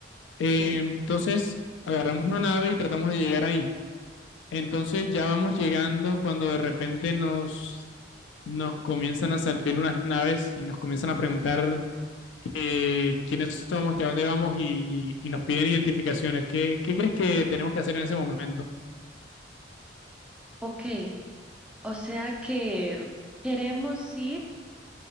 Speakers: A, on the left (about 80°); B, in the centre.
A: Eh,
B: sí.
A: entonces, agarramos una nave y tratamos de llegar ahí Entonces ya vamos llegando cuando de repente nos, nos comienzan a salir unas naves y nos comienzan a preguntar eh, quiénes somos, que a dónde vamos y, y- y nos piden identificaciones. ¿Qué, qué crees que tenemos que hacer en ese momento?
B: Ok, o sea que queremos ir